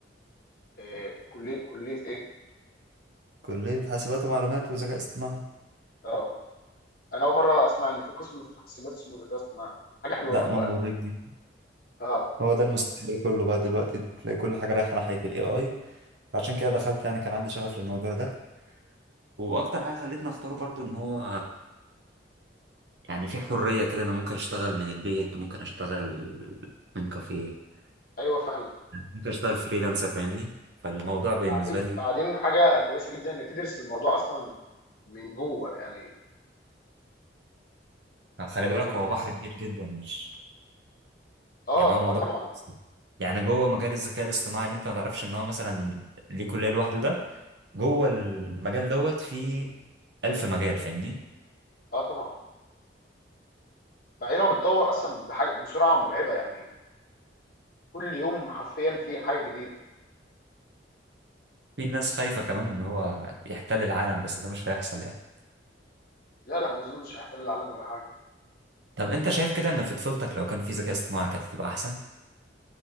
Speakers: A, on the left; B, on the right.
A: آه، كليه كليه ايه
B: كلية حاسبات ومعلومات وذكاء اصطناعي
A: اه انا اول مره اسمع ان في قسم في حاسبات اسمه ذكاء اصطناعي حاجه حلوه
B: لا
A: والله
B: ما هو ده جديد
A: اه
B: هو ده المستقبل كله بقى دلوقتي تلاقي كل حاجة رايحة ناحية الاي اي فعشان كده دخلت يعني كان عندي شغف للموضوع ده واكتر حاجه خلتني اختاره برضو ان هو يعني في حريه كده انا ممكن اشتغل من البيت ممكن اشتغل من كافيه
A: ايوه فعلا
B: ممكن اشتغل فريلانسر فاهمني فالموضوع بالنسبه
A: بعدين
B: لي
A: بعدين حاجه كويسه جدا انك تدرس الموضوع اصلا من جوه يعني
B: خلي بالك
A: يعني
B: هو
A: في ناس
B: بحر كبير جدا مش
A: اه
B: يعني هو موضوع
A: اه طبعا
B: يعني جوه مجال الذكاء الاصطناعي اللي انت ما تعرفش ان هو مثلا ليه كلية لوحده ده جوه المجال دوت في ألف مجال فاهمني
A: اه طبعا بعدين هو بيتطور اصلا بحاجه بسرعه مرعبه يعني كل يوم حرفيا في حاجه جديده
B: في ناس خايفة كمان ان هو يحتل العالم بس ده مش هيحصل يعني
A: لا لا ما اظنش هيحتل العالم ولا حاجه
B: طب انت شايف كده ان في طفولتك لو كان في ذكاء اصطناعي كانت هتبقى احسن